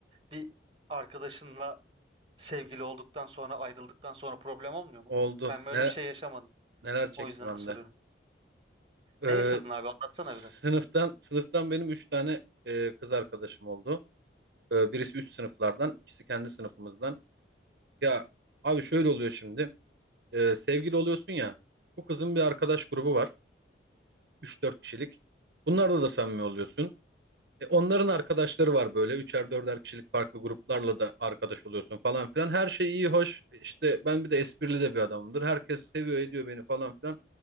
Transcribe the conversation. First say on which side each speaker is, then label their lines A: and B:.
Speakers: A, on the right; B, on the right.
A: bir arkadaşınla sevgili olduktan sonra ayrıldıktan sonra problem olmuyor mu?
B: Oldu.
A: Ben böyle
B: Ne,
A: bir şey yaşamadım.
B: neler çektim
A: O yüzden
B: hem
A: soruyorum.
B: de. Ee,
A: Ne yaşadın abi? Anlatsana
B: sınıftan
A: biraz.
B: sınıftan benim 3 tane e, kız arkadaşım oldu. Ee, birisi üst sınıflardan, ikisi kendi sınıfımızdan. Ya abi şöyle oluyor şimdi. Ee, sevgili oluyorsun ya. Bu kızın bir arkadaş grubu var. Üç dört kişilik. Bunlarda da samimi oluyorsun. E, onların arkadaşları var böyle. Üçer dörder kişilik farklı gruplarla da arkadaş oluyorsun falan filan. Her şey iyi hoş. E, İşte ben bir de esprili de bir adamımdır. Herkes seviyor ediyor beni falan filan.